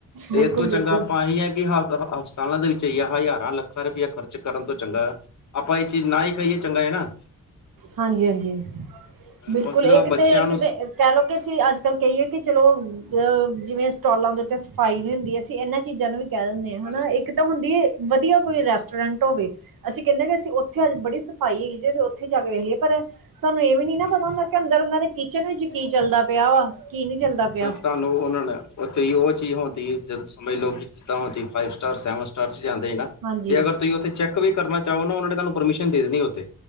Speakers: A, on the left; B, on the right.
A: ਤੇ
B: ਬਿਲਕੁਲ-ਬਿਲਕੁਲ।
A: ਇਸ ਤੋਂ ਚੰਗਾ ਆਪਾਂ ਇਹੀ ਹੈ ਕਿ ਹ ਹਸਪਤਾਲਾਂ ਦੇ ਵਿੱਚ ਈਆ ਹਜ਼ਾਰਾਂ ਲੱਖਾਂ ਰੁਪਇਆ ਖਰਚ ਕਰਨ ਤੋਂ ਚੰਗਾ ਆਪਾਂ ਇਹ ਚੀਜ਼ ਨਾ ਹੀ ਖਾਈਏ ਚੰਗਾ ਹੈ ਨਾ
B: ਹਾਂਜੀ ਹਾਂਜੀ ਬਿਲਕੁਲ
A: ਉਹ ਸਿਰਫ
B: ਇੱਕ
A: ਬੱਚਿਆਂ
B: ਤੇ ਇੱਕ
A: ਨੂੰ
B: ਤੇ ਕਹਿ ਲਓ ਕਿ ਅਸੀਂ ਅੱਜ ਕੱਲ ਕਹੀਏ ਕਿ ਚਲੋ ਅ ਜਿਵੇਂ ਸਟੋਾਲਾਂ ਦੇ ਉੱਤੇ ਸਫ਼ਾਈ ਨਹੀਂ ਹੁੰਦੀ ਅਸੀਂ ਇਹਨਾਂ ਚੀਜ਼ਾਂ ਨੂੰ ਵੀ ਕਹਿ ਦਿੰਦੇ ਹ
A: ਹਾਂਜੀ
B: ਹਨਾ ਇੱਕ ਤਾਂ ਹੁੰਦੀ ਵਧੀਆ ਕੋਈ ਰੈਸਟੋਰੈਂਟ ਹੋਵੇ ਅਸੀਂ ਕਹਿੰਦੇਾਂ ਕਿ ਅਸੀਂ ਉੱਥੇ ਅ ਬੜੀ ਸਫਾਈ ਹੈਗੀ ਜੇ ਅਸੀਂ ਉੱਥੇ ਜਾ ਕੇ ਵੇਖ ਲਈਏ ਪਰ ਸਾਨੂੰ ਇਹ ਨਹੀਂ ਨਾ
A: ਹਾਂਜੀ
B: ਪਤਾ ਹੁੰਦਾ ਕਿ ਅੰਦਰ ਉਹਨਾਂ ਦੇ ਕਿਚਨ ਵਿੱਚ ਕੀ ਚੱਲਦਾ ਪਿਆ ਵਾ ਕੀ ਨਹੀਂੀ ਚੱਲਦਾ ਪਿਆ
A: ਤੇ ਤੁਹਾਨੂੰ ਉਹਨਾਂ ਨੇ ਉੱਥੇ ਉਹ ਚੀਜ਼ ਹੁੰਦੀ ਜਦ ਸਮ ਲੋ ਜਿੱਦਾਂ ਹੁੰਦੀ ਫਾਈਵ ਸਟਾਰ ਸੈਵਨ ਸਟਾਰ ਚ ਜਾਂਦੇ ਨਾ
B: ਹਾਂਜੀ
A: ਤੇ ਅਗਰ ਤੁਸੀਂ ਉੱਥੇ ਚੈੱਕ ਵੀ ਕਰਨਾ ਚਾਹੋ ਨਾ ਉਹ ਨੇ ਤੁਹਾਨੂੰ ਪਰਮਿਸ਼ਨ ਦੇਣੀ ਉੱਥੇ